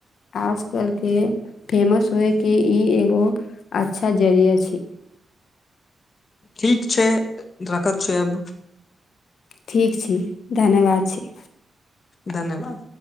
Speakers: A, on the left; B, on the left.
A: आज कल के फेमस होए के ई एगो अच्छा जरिया छय
B: ठीक छय रखत छय अब
A: ठीक छी धन्यवाद छी
B: धन्यवाद